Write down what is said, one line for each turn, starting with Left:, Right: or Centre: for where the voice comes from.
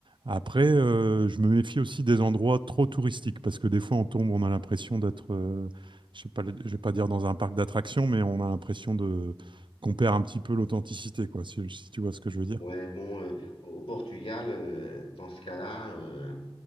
Right: Après, euh, je me méfie aussi des endroits trop touristiques parce que des fois on tombe, on a l'impression d'être, euh, je sais pas, le- je vais pas dire dans un parc d'attractions, mais on a l'impression de qu'on perd un petit peu l'authenticité, quoi, si, si tu vois ce que je veux dire.
Left: Ouais, bon, euh, au Portugal, euh, dans ce cas-là, euh,